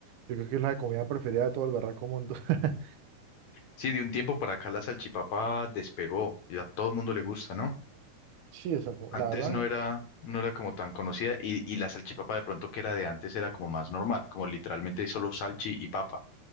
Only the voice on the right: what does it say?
yo creo que es la comida preferida de todo el berraco mundo. <laughs>
Sí, esa, co-
la verdad,